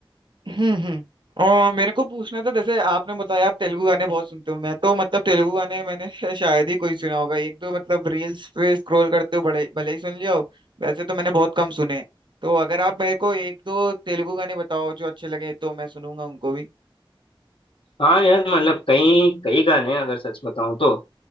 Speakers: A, on the right (about 55°); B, on the left (about 70°).
A: हम्म हम्म और मेरे को पूछना था जैसे आपने बताया आप तेलुगु गाने बहुत सुनते हो मैं तो मतलब तेलुगु गाने मैंने <laughs> शायद ही कोई सुना होगा एक दो मतलब रील्स पे स्क्रॉल करते हो बड़े भले ही सुन लिया हो वैसे तो मैंने बहुत कम सुने तो अगर आप मेरे को एक दो तेलुगु गाने बताओ जो अच्छे लगे तो मैं सुनूंगा उनको भी
B: हाँ यार मतलब कई कई गाने हैं, अगर सच बताऊँ तो